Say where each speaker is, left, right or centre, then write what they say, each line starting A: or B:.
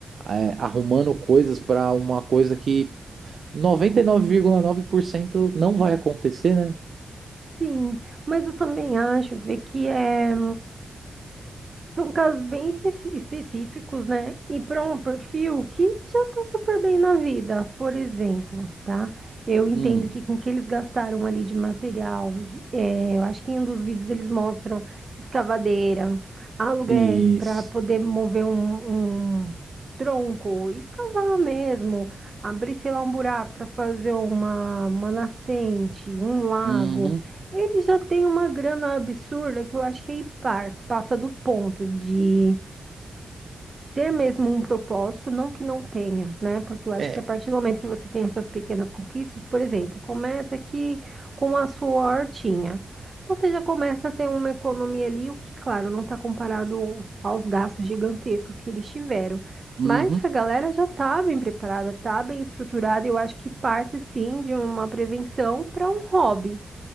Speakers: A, on the right; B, on the right.
A: é, arrumando coisas para uma coisa que noventa e nove nove vírgula nove por cento não vai acontecer, né?
B: Sim, mas eu também acho, Fê, que é. São casos bem espe- específicos, né? E para um perfil que já está super bem na vida, por exemplo, tá? Eu entendo
A: Hum,
B: que com o que eles gastaram ali de material, de- é, eu acho que em um dos vídeos eles mostram escavadeira, aluguéis
A: isso.
B: para poder mover um, um tronco, escavar mesmo, abrir, sei lá, um buraco para fazer uma, uma nascente, um lago.
A: Uhum.
B: Ele já tem uma grana absurda que eu acho que é par, passa do ponto de ter mesmo um propósito, não que não tenha, né? Porque eu acho
A: É.
B: que a partir do momento que você tem essas pequenas conquistas, por exemplo, começa aqui com a sua hortinha. Você já começa a ter uma economia ali, o que, claro, não está comparado aos gastos gigantescos que eles tiveram.
A: Uhum.
B: Mas essa galera já está bem preparada, está bem estruturada. Eu acho que parte sim de uma prevenção para um hobby.